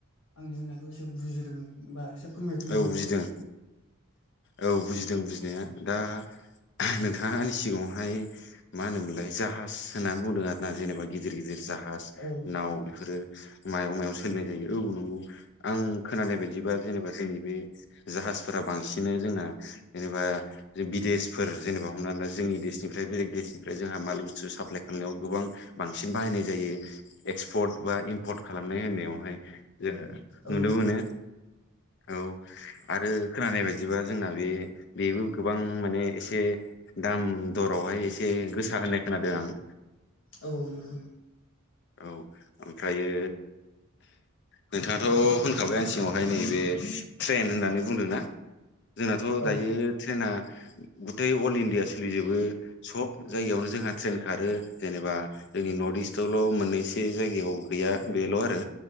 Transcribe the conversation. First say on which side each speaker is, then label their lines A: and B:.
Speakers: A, on the left; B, on the left.
A: आंनि होननायखौ एसे बुजिदों बा एसे फोरमायफिननो
B: औ
A: हागोन
B: बुजिदों औ बुजिदों बुजिनाया दा नोंथाङा आंनि सिगाङावहाय मा होनोमोनलाय जाहाज होननानै बुंदों आर ना जेनेबा गिदिर गिदिर जाहा हास
A: औ
B: नाव बेफोरो मायाव मायाव सोलिनाय जायो औ नंगौ आं खोनानाय बायदिबा जेनेबा जोंनि बे जाहाजफोरा बांसिननो जोंना जेनेबा बिदेशफोर जेनेबा हमना ला जोंनि देशनिफ्राय बेलेग देशनिफ्राय जोंहा माल बुस्थु साप्लाइ खालामनायाव गोबां बांसिन बाहायनाय जायो एक्सपर्ट बा इम्पर्ट खालामनाय। होननायावहाय जोङो नुनो
A: औ
B: मोनो। औ आरो खोनानाय बायदिबा जोंना बे बेबो गोबां माने एसे दाम दरावहाय एसे गोसा होननाय खोनादों आं।
A: औ नंगौ।
B: औ। ओमफ्रायो नोंथाङाथ' होनखाबाय आं सिङावहाय नैबे ट्रेन होननानै बुंदों ना जोंनाथ'
A: औ
B: दायो ट्रेना गुथै अल इण्डिया सोलिजोबो सब जायगायावनो जोंहा ट्रेन खारो। जेनेबा जोंनि नर्थ इस्टआव ल' मोननैसे जायगायाव गैया बेल' आरो